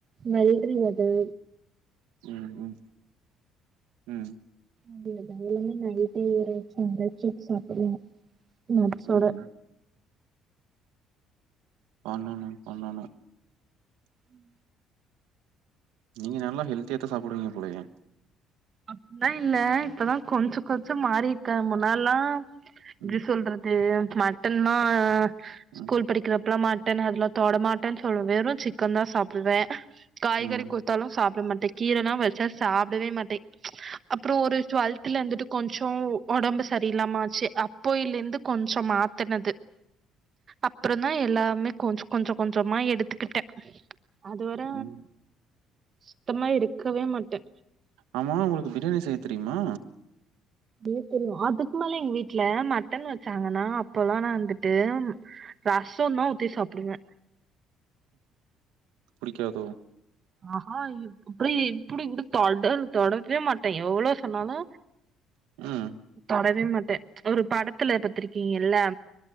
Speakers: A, on the right; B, on the right.
A: நல்றி வெதை
B: உம் உம் உம்
A: இதுலது எல்லாமே நைட்டே ஊர வெச்சு <unintelligible> சாப்பிடலா நட்ஸ்
B: ம்
A: ஓட
B: பண்ணனு பண்ணனு
A: உம்
B: நீங்க நல்லா ஹெல்த்தியாத்தா சாப்டுவீங்க போலயே
A: அப்புட்லா இல்ல இப்பதா கொஞ்ச கொஞ்ச மாரி இருக்கே முன்னால்லா இது
B: ம்
A: சொல்றது மட்டன்னா ஸ்கூல்
B: ம்
A: படிக்கிறப் பலா மாட்டனு அதுல தொட மாட்டேன் சொல்லுவ வெறு சிக்கன் தா சாப்டுவே காய்கறி
B: ம்
A: குடுத்தாலு சாப்ட மாட் டே கீரலா வச்சா சாப்டவே மாட்டே அப்றோ ஒரு டுவெல்த்துல இருந்துட்டு கொஞ்ச ஒடம்பு சரியில்லாம ஆச்சு அப்பைல இருந்து கொஞ்ச மாத்துனது அப்றோ தா எல்லாமே கொஞ்ச கொஞ்ச கொஞ்சமா எடுத்துக்கிட்டே அது வர
B: ம்
A: சுத்தமா இருக்கவே மாட்டே
B: ஆமா உங்களுக்கு பிரியாணி செய்ய தெரிய்மா
A: உம் தெரியு அதுக்கு மேல எங்க வீட்ல மட்டன் வச்சாங்கனா அப்போலா நா வந்துட்டு ரச தா ஊத்தி சாப்பிடுவே
B: புடிக்காதோ
A: ஆஹா இப் இப்டி இப்டி கூட தொடன் தொடவே மாட்டே எவ்ளோ சொன்னாலு
B: ம்
A: தொடவே மாட் டே ஒரு படத்துல பாத்திருக்கீங்களா